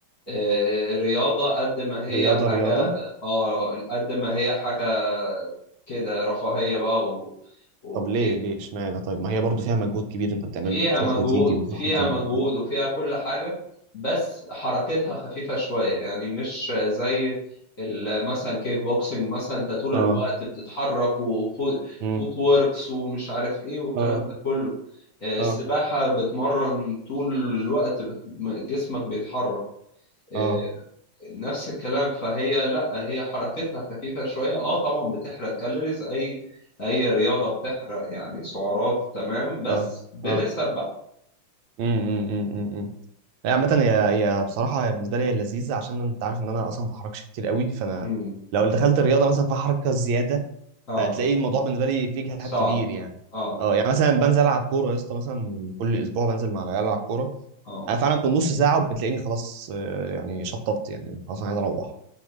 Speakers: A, on the left (about 45°); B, on the right (about 80°).
A: آه، رياضة قد ما هي
B: رياضه
A: حاجة
B: رياضه
A: اه قد ما هي حاجة كده رفاهية بقى و... وكده
B: طب ليه ليه اشمعنى طيب ما هي برضه فيها مجهود كبير انت بتعمله
A: فيها
B: انت بتروح
A: مجهود
B: وتيجي وتروح
A: فيها
B: وتيجي
A: مجهود
B: وبتاع
A: وفيها كل حاجة بس حركتها خفيفة شوية يعني مش زي ال- مثلا كيك بوكسنج مثلا انت طول
B: اه
A: الوقت بتتحرك وفوت
B: امم
A: ووركس ومش عارف ايه والكلام
B: اه
A: ده كله آه،
B: اه
A: السباحة بتمرن طول الوقت بت... جسمك بيتحرك آه،
B: اه
A: نفس الكلام فهي لا هي حركتها خفيفة شوية اه طبعا بتحرق كالوريز اي اي رياضة بتحرق يعني سعرات تمام بس
B: اه
A: بنسب
B: اه
A: بقى
B: امم هي عامة هي هي بصراحة هي بالنسبة لي هي لذيذة عشان أنت عارف إن أنا أصلا ما بتحركش كتير قوي فأنا
A: امم
B: لو دخلت الرياضة مثلا فيها حركة زيادة
A: اه
B: فهتلاقي الموضوع بالنسبة لي فيه جهاد
A: صعب
B: كبير يعني
A: اه
B: أه يعني مثلا بنزل ألعب كورة يا اسطى مثلا كل أسبوع بنزل مع العيال ألعب كورة
A: اه
B: أنا فعلا في نص ساعة وبتلاقيني خلاص آه، يعني شطبت يعني خلاص أنا عايز أروح